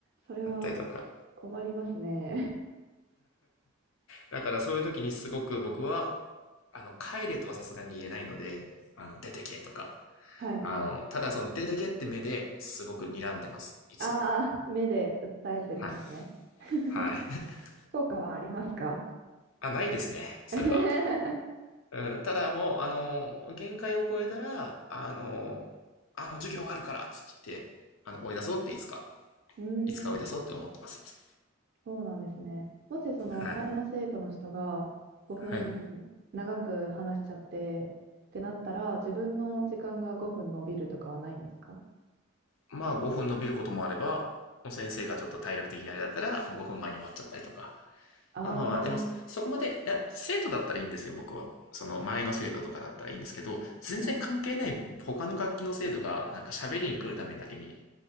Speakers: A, on the right; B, on the left.
A: それは
B: やったりとか、
A: 困りますね。
B: だからそういう時にすごく僕は、あの、帰れとはさすがに言えないので、あの、出てけとか、
A: <laughs> はい。
B: あの、ただその出てけって目ですごく睨んでます、いつも。
A: ああ、目で訴えてるんですね。
B: はい。
A: <laughs>
B: はい。<laughs>
A: 効果はありますか
B: あ、ないですね、それは。
A: <laughs> う
B: うん、ただもう、あの、限界を超えたら、あの、あの、授業終わるからっつって、あの、追い出そうっていつか、
A: ーん。
B: いつか追い出そうって思ってます、いつ
A: そうなんですね。もしその前の生徒の人が5分長く話しちゃってってなったら、
B: も。はい。はい。
A: 自分の時間が5分伸びるとかはないんですか
B: まあ5分伸びることもあれば、もう先生がちょっと体力的にあれだったら、もう5分前に終わっちゃったりとか、
A: ああー、
B: まあまあまあ、でも、そこまで、いや、生徒だったらいいんですよ、僕は。その前の生徒とかだったらいいんですけど、全然関係ない他の楽器の生徒が、
A: はい。
B: なんか喋りに来るためだけに、